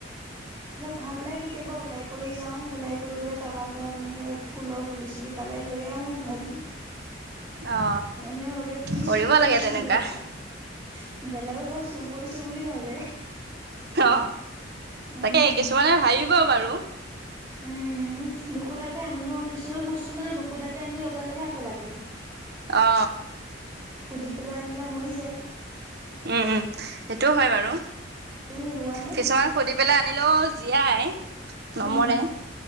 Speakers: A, on the right; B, on the right.
A: ভাল লাগে কেতিয়াবা ওলাই কৰি যাও ওলাই কৰি গ'লে কাৰোবাৰ ঘৰত এনেকে ফুলৰ পুলি চুলি। পালে লৈ আহোঁ উঘালি।
B: অ
A: মানুহে ভাবে কি
B: কৰিব
A: চুৰ কৰিছো
B: লাগে তেনেকুৱা
A: বেলেগত। বেলেগৰ ঘৰ চুৰ কৰিছো বুলি ভাবে।
B: অ
A: উম
B: তাকে কিছুমানে ভাবিব বাৰু।
A: উম নুখুতাকে আনো ন। কিছুমান বস্তু মানে নুকুতাকে আনি লগালেহে আকৌ লাগে।
B: অ
A: সুধি পেলাই আনিলে মৰি যায়।
B: উম উম সেইটোও হয় বাৰু,
A: তুমি ৰোৱানে
B: কিছুমান সুধি পেলাই আনিলেও। জীয়াই নমৰে।
A: উম